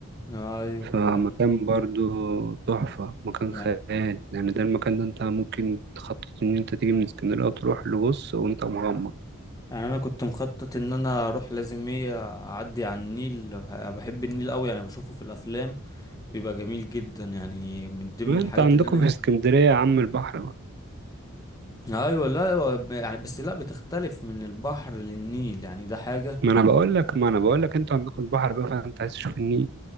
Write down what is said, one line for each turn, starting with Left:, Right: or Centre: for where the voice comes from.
Left: ايوه
Right: فمكان
Left: يعني
Right: برضو تحفة مكان
Left: يعني
Right: خيال يعني ده المكان ده انت ممكن تخطط ان انت تيجي من اسكندرية وتروح لبص وانت مغمض
Left: يعني انا كنت مخطط ان انا اروح لازم ايه اعدي على النيل أنا بحب النيل قوي يعني بشوفه في الافلام بيبقى جميل جدا يعني من ضمن
Right: ما
Left: الحاجات
Right: انت عندكم
Left: اللي انا ايه
Right: في اسكندرية يا عم البحر بقى
Left: ايوه لا هو ب- يعني بس لا بتختلف من البحر للنيل يعني ده حاجه
Right: ما انا آه. بقول لك ما انا بقول لك انتوا عندكم البحر بقى فانت عايز تشوف النيل